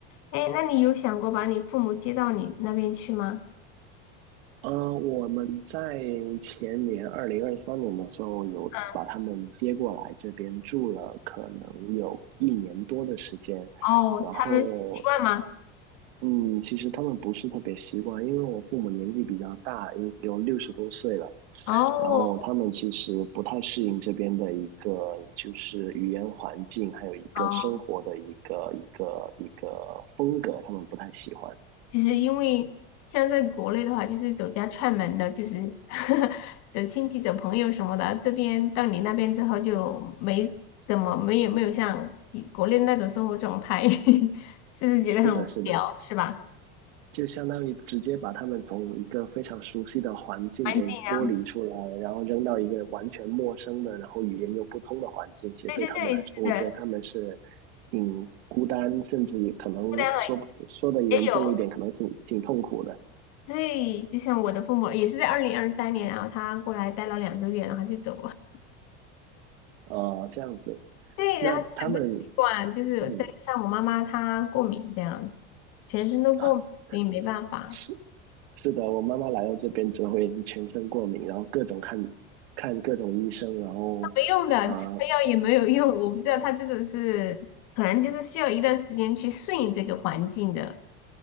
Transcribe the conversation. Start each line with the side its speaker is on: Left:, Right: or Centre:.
Left: 哎，那你有想过把你父母接到你那边去吗？
Right: 呃，我们在前年二零二三年的时候，有把他们接过来这边住了，
Left: 嗯，
Right: 可能有一年多的时间。
Left: 哦，
Right: 然后，
Left: 他们习惯吗？
Right: 嗯，其实他们不是特别习惯，因为我父母年纪比较大，有有六十多岁了。
Left: 哦
Right: 然后他们其实不太适应这边的一个就是语言环境，还有一个生活的一个一个一个风格，
Left: 哦，
Right: 他们不太喜欢。
Left: 就是因为像在国内的话，就是走家串门的，就是 <laughs> 走亲戚、走朋友什么的。这边到你那边之后就没怎么没有没有像以国内那种生活状态，<laughs> 是不是觉得很无聊，
Right: 是的，是的，
Left: 是吧？
Right: 就相当于直接把他们从一个非常熟悉的环境给剥离出来，
Left: 环境啊，
Right: 然后扔到一个完全陌生的，然后语言又不通的环境。其实对他们来说，
Left: 对对对，是的，
Right: 我觉得他们是挺孤单，甚至也可能说说的严重一点，
Left: 负担了也有。
Right: 可能挺挺痛苦的。
Left: 对，就像我的父母也是在二零二三年啊，然后他过来待了两个月，然后就走了。
Right: 呃，这样子，
Left: <laughs> 对，
Right: 那他们。
Left: 然后很不习惯，就是再加上我妈妈她过敏这样子，
Right: 嗯，
Left: 全身都过敏，
Right: <laughs> 啊，
Left: 所以没办法。
Right: 是是的，我妈妈来到这边之后也是全身过敏，然后各种看看各种医生，然后啊、
Left: 没用的，吃了药也没有用。
Right: 呃
Left: 我不知道他这种是，可能就是需要一段时间去适应这个环境的，